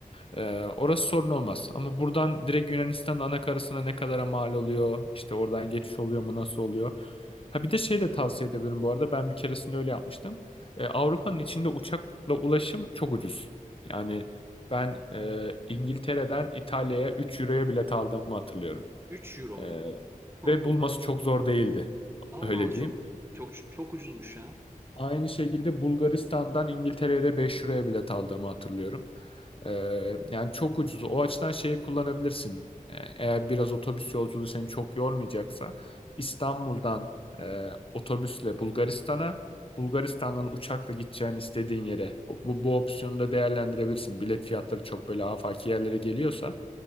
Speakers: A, on the left; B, on the right.
A: Ee, orası sorun olmaz. Ama buradan direkt Yunanistan'ın ana karasına ne kadara mal oluyor? İşte oradan geçiş oluyor mu nasıl oluyor? Ha bir de şey de tavsiye edebilirim bu arada. Ben bir keresinde öyle yapmıştım. Ee, Avrupa'nın içinde uçakla ulaşım çok ucuz. Yani ben e, İngiltere'den İtalya'ya 3 euroya bilet aldığımı hatırlıyorum.
B: 3 euro
A: Ee,
B: mu? <laughs>
A: ve
B: Of.
A: bulması çok zor değildi.
B: Allah
A: Öyle
B: Allah çok
A: diyeyim.
B: çok çok ucuzmuş ya.
A: Aynı şekilde Bulgaristan'dan İngiltere'ye de 5 liraya bilet aldığımı hatırlıyorum. Ee, yani çok ucuz. O açıdan şeyi kullanabilirsin. Ee, eğer biraz otobüs yolculuğu seni çok yormayacaksa İstanbul'dan e, otobüsle Bulgaristan'a, Bulgaristan'dan uçakla gideceğin istediğin yere O- bu, bu opsiyonu da değerlendirebilirsin. Bilet fiyatları çok böyle afaki yerlere geliyorsa